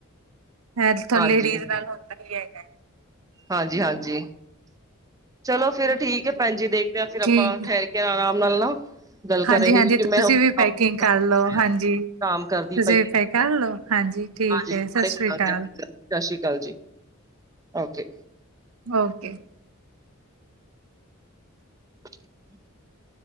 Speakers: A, on the right; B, on the right.
A: ਅੱਜ-ਕੱਲ੍ਹ
B: ਹਾਂਜੀ
A: ਲੇਡੀਜ਼ ਨਾਲ਼ ਹੁੰਦਾ ਹੀ ਹੈਗਾ
B: ਹਾਂਜੀ-ਹਾਂਜੀ। ਚਲੋ ਫ਼ਿਰ ਠੀਕ ਹੈ ਭੈਣ ਜ ਦੇਖਦੇ ਆ ਫ਼ਿਰ ਆਪਾਂ
A: ਠੀਕ
B: ਠਹਿਰ ਕੇ ਆਰਾਮ ਨਾਲ਼ ਨਾ, ਗੱਲ
A: ਹਾਂਜੀ-ਹਾਂਜੀ
B: ਕਰਾਂਗੀ ਕਿ ਮੈ
A: ਤੁਸੀਂ
B: ਹੁਣ ਕੰਮ
A: ਵੀ ਪੈਕਿੰਗ ਕਰ
B: ਕੰਪਨੀ
A: ਲਓ
B: ਚ ਕਰਾਗੀ।
A: ਹਾਂਜੀ।
B: ਕਾਮ ਕਰਦੀ
A: ਤੁਸੀਂ
B: ਪਈ ਐ,
A: ਪੈਕ ਕਰ ਲਓ ਹਾਂਜੀ ਠੀਕ
B: ਹਾਂਜੀ
A: ਹੈ
B: ਸਾਰੇ
A: ਸਤਿ ਸ੍ਰੀ
B: ਕਰਾਗੀ
A: ਅਕਾਲ
B: ਆਪਣੇ ਕੰਮ। ਸਾਸ਼ੀ ਕਾਲ ਜੀ, ਓਕੇ।
A: ਹੋਰ ਕੀ।
B: <inaudible>